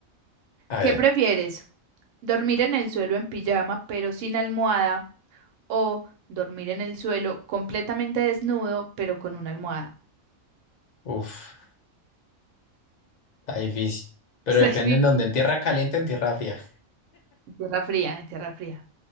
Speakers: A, on the left; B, on the right.
A: A
B: ¿Qué
A: ver,
B: prefieres? ¿Dormir en el suelo en pijama pero sin almohada? o dormir en el suelo completamente desnudo, pero con una almohada.
A: uff, está difícil. Pero
B: <laughs> Está
A: depende
B: difícil.
A: en dónde, en tierra caliente, o en tierra fría.
B: En tierra fría, en tierra fría.